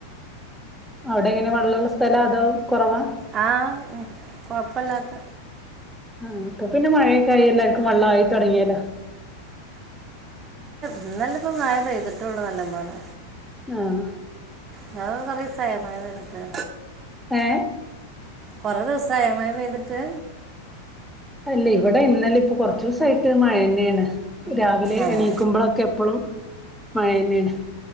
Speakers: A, in the centre; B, on the right.
A: അവിടെങ്ങനെ വെള്ളള്ള സ്ഥലൊ അതോ കൊറവാ
B: ആഹ് മ് കൊഴപ്പല്ലാത്ത
A: ആഹ് ഇപ്പൊ പിന്നെ മഴയൊക്കായി എല്ലാർക്കും വെള്ളായി തൊടങ്ങിയല്ലോ
B: ഇന്നല്ലെപ്പ മഴ പെയ്തിട്ടൊള്ളൂ നല്ലംപോലെ
A: ആഹ്
B: ഇങ്ങള്കൊക്കെ കൊറേ ദിവസായോ മഴ പെയ്തിട്ട്
A: ഏ
B: കൊറെ ദിവസായൊ മഴ പെയ്തിട്ട്
A: അല്ലെ ഇവിടെ ഇന്നലെ ഇപ്പൊ കൊറച്ചോസായിട്ട് മഴന്നേണ് രാവിലെ
B: അതെ
A: എണീക്കുമ്പോളൊക്കെ എപ്പളും മഴന്നേണ്